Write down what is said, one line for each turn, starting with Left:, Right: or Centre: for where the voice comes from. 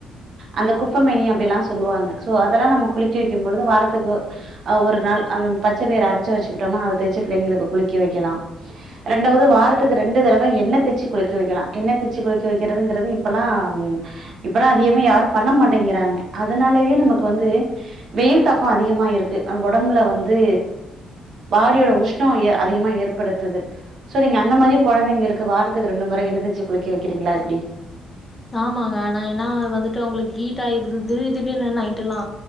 Right: அந்த குப்பமனி அப்டில்லா சொல்லுவாங்க சோ அதெல்லா நம்ம குளிக்க வைக்கும்பொழுது வாரத்துக்கு அ ஒரு நாள் அந்த பச்ச பயிறு அரச்சி வச்சுக்கிட்டோனா அத தேச்சு பிள்ளைங்களுக்கு குளிக்க வைக்கலா ரெண்டாவது வாரத்துக்கு ரெண்டு தடவ எண்ண தேச்சு குளிக்க வைக்கலா எண்ண தேச்சு குளிக்க வைக்கிறதுங்கிறது இப்பல்லா இப்பல்லா அதிகமா யாரு பண்ண மாட்டேங்கிறாங்க அதனாலயே நமக்கு வந்து வெயில் தாக்கோ அதிகமா இருக்கு அங்க ஒடம்புல வந்து பாடியோட உஷ்ணோ அதிகமா ஏற்படுத்துது சோ நீங்க அந்த மாரி கொழந்தைங்களுக்கு வாரத்துக்கு ரெண்டு முறை என்ன தேச்சு குளிக்க வைக்கிறீங்களா எப்டி
Left: ஆமாங்க நா ஏனா வந்துட்டு அங்களுக்கு ஹீட் ஆய்ருது தி திடீனு நைட்டெல்லா